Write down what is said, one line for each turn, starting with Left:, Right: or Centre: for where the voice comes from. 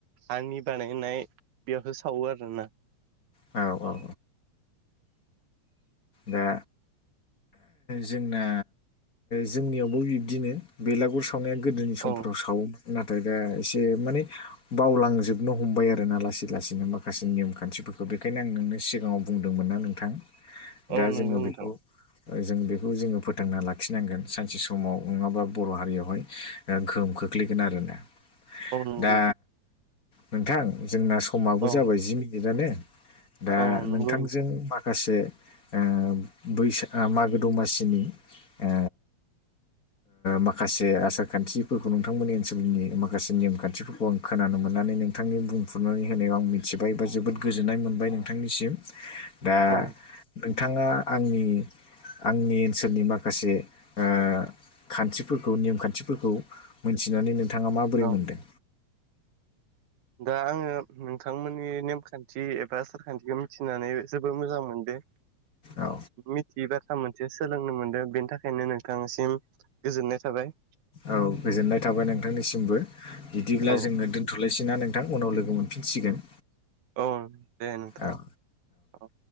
Right: हानि बानायनाय बेयावहा सावो आरो ना।
Left: औ औ औ दा जोंना जोंनियावबो बिब्दिनो बेलागुर सा वनाया गोदोनि समफोराव
Right: औ
Left: सावोमोन नाथाय दा एसे माने बावलांजोबनो हमबाय आरो ना लासै लासैनो माखासे नियम खान्थि फोरखौ बेखायनो आं नोंनो सिगाङाव बुंदोंमोन ना नोंथां दा
Right: औ नंगौ
Left: जोङो
Right: नोंथां
Left: बेखौ जों बेखौ जोङो फोथांना लाखिनांगोन सानसे समाव नङाबा बर' हारियावहाय गोहोम खो ख्लैगोन आरोना
Right: औ नंगौ
Left: दा नोंथां जोंना समाबो
Right: औ
Left: जाबाय जि मिनिटानो दा
Right: औ नंगौ
Left: नोंथांजों
Right: नोंथां
Left: माखासे ओ फैसा मागो दमासिनि ओ माखासे आसार खान्थिफोरखौ नोंथांमोननि ओनसोलनि माखासे नेम खान्थिफोरखौ आं खोनानो मो ननानै नोंथांनि बुंफुरनानै होनायाव आं मिथिबाय बा जोबोद गोजोननाय मोनबाय नोंथांनिसिम दा
Right: औ
Left: नोंथाङा आंनि आंनि ओनसोलनि माखासे ओ खान्थिफोरखौ नेम खान्थिफोरखौ मोनथिनानै नों थाङा माबोरै
Right: औ
Left: मोनदों?
Right: दा आङो नोंथांमोननि नेमखान्थि एबा आसारखान्थिखौ मिथिनानै जोबोद मोजां मोनदों
Left: औ
Right: मिथियो दा था मोनसे सोलोंनो मोनदों बेनि थाखायनो नोंथांसिम गोजोननाय थाबाय
Left: औ गोजोननाय थाबाय नोंथांनिसिमबो बिदिब्ला
Right: औ
Left: जोङो दोनथ'लाय सिना नोंथां उनाव लोगो मोनफिनसिगोन
Right: औ दे नोंथां
Left: औ
Right: औ